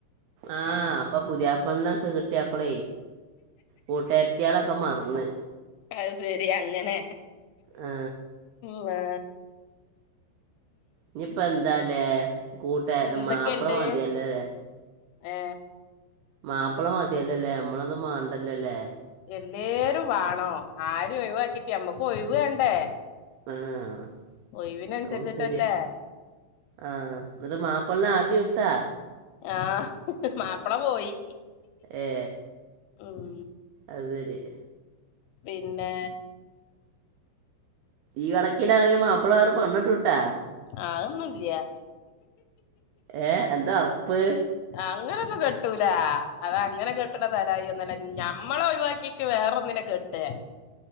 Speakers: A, on the right; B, on the left.
A: ആഹ് അപ്പൊ പുതിയാപ്പള്ളിനൊക്കെ കിട്ടിയപ്പോൾ കൂട്ടുകാരികളെ ഒക്കെ മറന്ന്.
B: അ ശെരി അങ്ങനെ
A: ആ
B: മ്
A: ഇനിയിപ്പോ എ ന്താല്ലേ കൂട്ടുകാരികളെ വേണ്ട
B: എന്തൊക്കെണ്ട്
A: മാപ്പിളയെ മതിയല്ലോ ലെ
B: ഏ
A: മാപ്പിള യെ മതിയല്ലോ നമ്മളൊന്നും വേണ്ടല്ലലോ
B: എല്ലാവരെയും വേണം ആരും ഒഴിവാക്കിട്ടി നമ്മക്ക് ഒഴിവു വേണ്ടേ
A: ആഹ്
B: ഒഴിവിനനുസരിച്ചിട്ടല്ലേ
A: ശരിയാ ആഹ എന്നിട്ട് മാപ്പിളയെ ആട്ടി വിട്ടാ.
B: ആഹ് മാപ്പിള പോയി
A: ഏ
B: മ്
A: അത് ശരി
B: പിന്നെ
A: ഈ കണക്കിലാണെങ്കിലിൽ മാപ്പിള വേറെ പെണ്ണ് കെട്ടുംട്ടോ
B: അതൊന്നുല്ല
A: ഏ എന്താ ഉറപ്പ്
B: അങ്ങനൊന്നും കെട്ടൂല്ല കിട്ടൂല അതങ്ങനെ കെട്ടുന്ന തരായി ഒന്നുമല്ല ഞമ്മളെ ഒഴിവാക്കിട്ട് വേറെൊന്നിനെ കേട്ടെ?